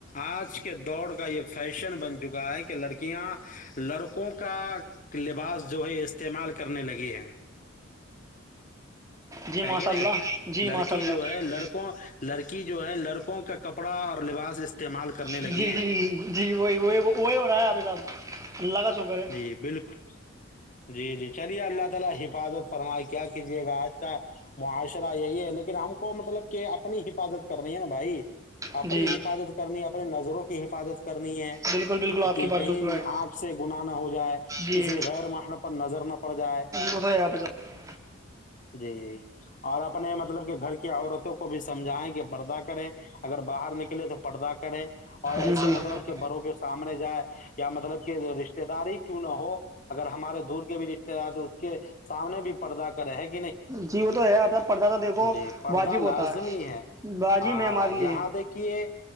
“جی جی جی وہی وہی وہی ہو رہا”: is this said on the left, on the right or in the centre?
Right